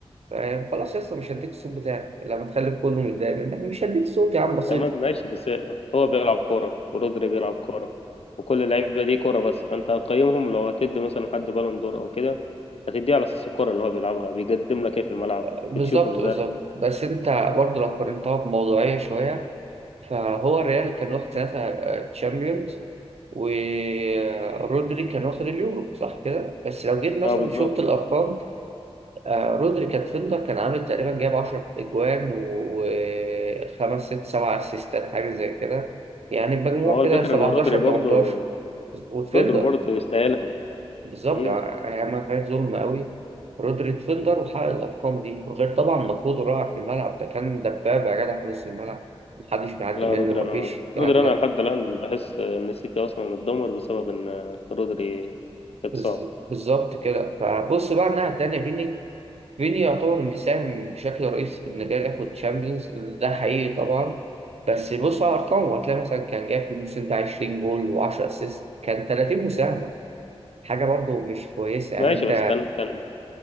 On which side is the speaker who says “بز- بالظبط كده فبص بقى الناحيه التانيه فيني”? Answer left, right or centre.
Right